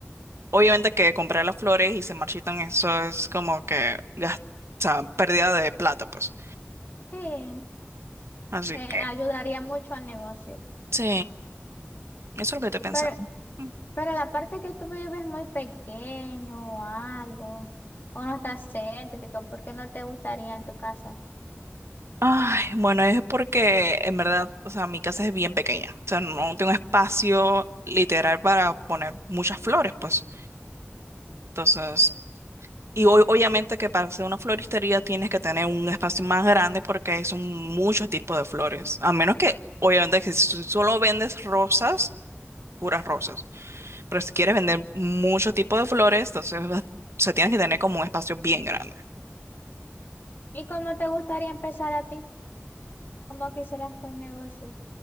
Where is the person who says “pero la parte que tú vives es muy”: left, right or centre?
Left